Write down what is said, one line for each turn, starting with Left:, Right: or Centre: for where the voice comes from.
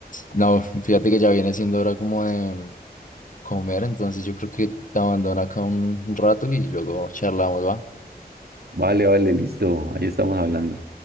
Left: no, fíjate que ya viene siendo hora como de comer, entonces yo creo que te abandono acá un rato y luego charlamos, ¿va?
Right: Vale, vale, listo, ahí estamos hablando.